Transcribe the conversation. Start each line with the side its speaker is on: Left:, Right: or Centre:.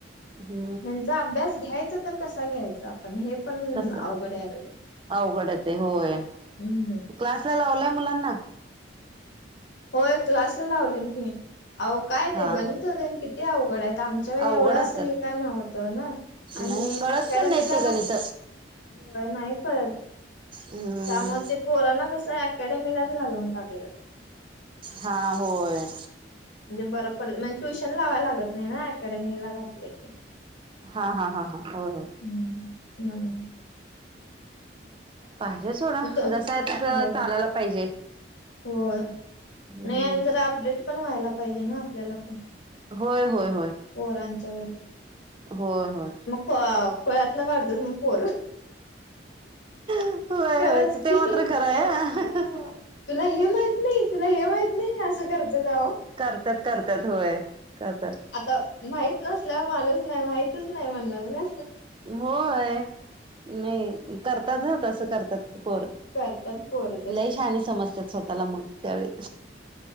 Right: हू
Left: ह्यांचा अभ्यास घ्यायचा तर कसा घ्यायचा पण हे पण
Right: कसं
Left: अवघड याय लागलंय
Right: अवघड येते होय
Left: हू
Right: क्लासला लावलाय मुलांना
Left: होय क्लासला लावले की अवो काय
Right: हा
Left: ते गणित तेन किती अवघड हाइत आता आमच्या वेळी
Right: अवघड
Left: एवढं
Right: असतात
Left: अस हे काय नव्हतं ना आणि
Right: नाही कळत
Left: अकॅडमीला
Right: पण नाही ते
Left: घातलं
Right: गणित
Left: होय नाही कळत
Right: हम्म
Left: त्यामुळ ते पोरांना कस हाय अकॅडमीलाच घालून टाकलं
Right: हा होय
Left: म्हणजे बरं पडतं म्हणजे ट्युशन लावाय लागत नाही ना अकॅडमीला घातलं की
Right: हा हा हा हा होय होय
Left: हू म्हणून
Right: पाहिजे सोडा
Left: तो
Right: जस हाय तसं
Left: होय
Right: चालायला पाहिजे
Left: होय
Right: हम्म
Left: नाही आणि जरा अपडेट पण व्हायला पाहिजे ना आपल्याला पण
Right: होय होय होय
Left: पोरांच्या
Right: होय होय
Left: प खुळ्यातन काडत्यात म पोर
Right: होय
Left: खरच
Right: होय
Left: की
Right: ते मात्र खरं आहे
Left: हा तुला हे माहित नाही तुला हे माहित नाही असं करत्यात अहो
Right: करत्यात करत्यात होय करत्यात
Left: आता माहित नसल्यावर माणूच नाही माहितच नाही म्हणणार ना
Right: होय नाही करतात हा तसं करतात पोर
Left: करतात पोर तसे
Right: लई श्यानी समजतात स्वतःला मग त्यावेळी